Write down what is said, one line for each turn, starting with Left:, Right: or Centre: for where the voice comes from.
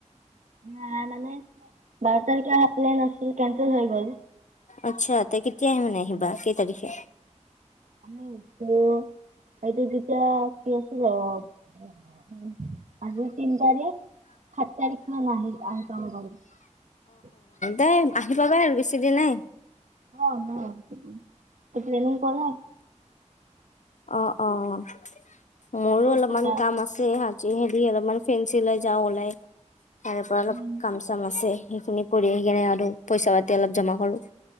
Right: হয়, মানে বাৰ <unintelligible> প্লেন আছিল, কেনচেল হৈ গ'ল।
Left: আচ্ছা, তে কেতিয়ে মানে আহিবা? কেই তাৰিখে?
Right: হ্ মোৰ এইটো, এইটো যেতিয়া কি আছিল, অহ। আজি তিনি তাৰিখ, সাত তাৰিখমান আহি আহি পাব পাৰে।
Left: এই, আহি পাবাই আৰু বেছি দিন নাই।
Right: অহ, নাই। তে প্লেনিং কৰা।
Left: অহ, অহ। মোৰো
Right: ক'ত
Left: অলপমান
Right: যাবা?
Left: কাম আছে হা জুহেদি অলপমান ফেঞ্চি লৈ যাওঁ ওলাই। তাৰে পৰা অলপ
Right: উম
Left: কাম-চাম আছে। সেইখিনি কৰি আহি কিনে আৰু, পইচা-পাতি অলপ জমা কৰোঁ।